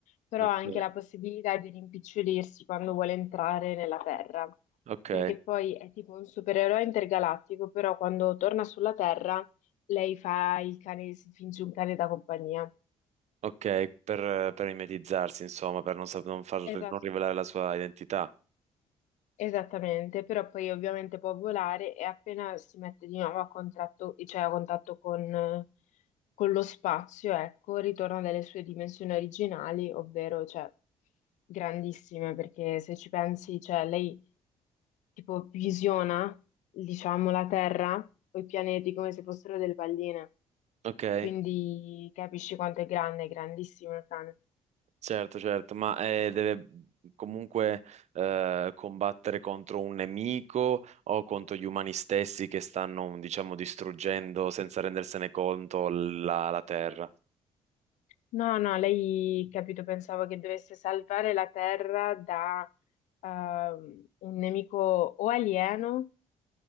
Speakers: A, on the left (about 75°); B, on the right (about 65°).
A: però
B: Ok,
A: ha anche la possibilità di rimpicciolirsi quando vuole entrare nella Terra,
B: ok,
A: perché poi è tipo un supereroe intergalattico, però quando torna sulla Terra lei fa il cane, si finge un cane da compagnia.
B: ok, per, per mimetizzarsi, insomma, per non, sap- non far-
A: Esatto.
B: non rivelare la sua identità.
A: Esattamente, però poi ovviamente può volare e appena si mette di nuovo a contratto- cioè a contatto con, con lo spazio, ecco, ritorna nelle sue dimensioni originali, ovvero cioè, grandissime, perché se ci pensi, cioè, lei tipo visiona, diciamo, la Terra o i pianeti come se fossero delle palline,
B: Ok.
A: quindi capisci quanto è grande, è grandissimo il cane.
B: Certo, certo, ma eh, deve comunque eh, combattere contro un nemico o contro gli umani stessi che stanno, diciamo, distruggendo senza rendersene conto la, la Terra.
A: No, no, lei, capito, pensavo che dovesse salvare la Terra da ehm, un nemico o alieno,